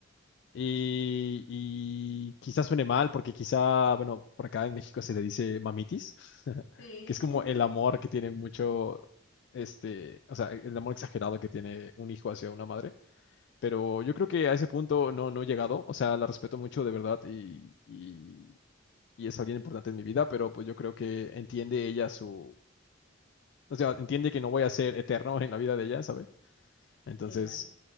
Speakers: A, on the left; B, on the left.
A: Y, y quizá suene mal, porque quizá, bueno, por acá en México se le dice mamitis, <laughs>
B: Sí,
A: que es como
B: <laughs>
A: el amor que tiene mucho, este, o sea, el amor exagerado que tiene un hijo hacia una madre pero yo creo que a ese punto no, no he llegado. O sea, la respeto mucho de verdad y, y, y es alguien importante en mi vida, pero pues yo creo que entiende ella su... O sea, entiende que no voy a ser eterno en la vida de ella, ¿sabe? Entonces,
B: claro.